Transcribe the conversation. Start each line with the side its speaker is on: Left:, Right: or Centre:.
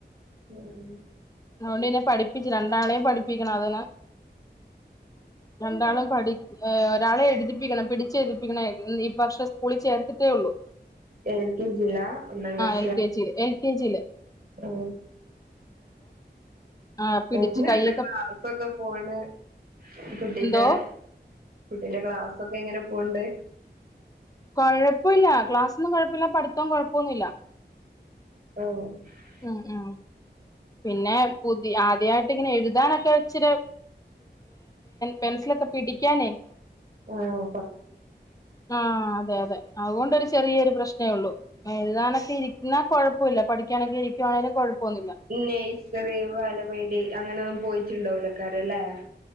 Right: ഉം
Left: അതുകൊണ്ട്ന്നെ പഠിപ്പിച്ചു രണ്ടാളെയും പഠിപ്പിക്കണം അതന്നെ
Right: <inaudible>
Left: രണ്ടാളും പഠി ഒരാളെ എഴുതിപ്പിക്കണം പിടിച്ചെഴുതിപ്പിക്കണേ ഈ വർഷം സ്കൂളിൽ ചേർത്തിട്ടേ ഉള്ളു
Right: എൽ, കെ, ജി, ലാ ഒന്നാം ക്ലാസിലാ?
Left: എൽ കെ എൽ, കെ, ജില്
Right: ഓ
Left: ആഹ് പിടിച്ച്
Right: ഓ ക്ലാസ
Left: കൈയൊക്കെ
Right: ഒക്കെ പോണ് കുട്ടീന്റെ
Left: എന്തോ
Right: കുട്ടിന്റെ ക്ലാസ് ഒക്കെ എങ്ങനെ പോണ്ണ്ട്‌
Left: കൊഴപ്പല്ല ക്ലാസ്ന്നും കഴപ്പല്ല പട്ത്തം കൊഴപ്പമൊന്നുല്ല
Right: <inaudible>
Left: ഉം ഉം പിന്നെ പുതി ആദ്യായിട്ട് ഇങ്ങനെ എഴുതാനൊക്കെ? ഇച്ചിരി പെൻസിലൊക്കെ പിടിക്കാനേ -
Right: ആണോ
Left: ആഹ അതെ അതെ അതുകൊണ്ടൊരു ചെറിയൊരു പ്രശ്നേ ഉള്ളു എഴുതാനൊക്കെ ഇരിക്കുന്ന കൊഴപ്പല്ല പഠിക്കാനൊക്കെ ഇരിക്കുവാണേങ്കലും കുഴപ്പൊന്നുല്ല
Right: നെയ്സറി വാലവാടി അങ്ങനെ ഒന്നും പോയിട്ടുണ്ടോലൈക്കാര ല്ലേ?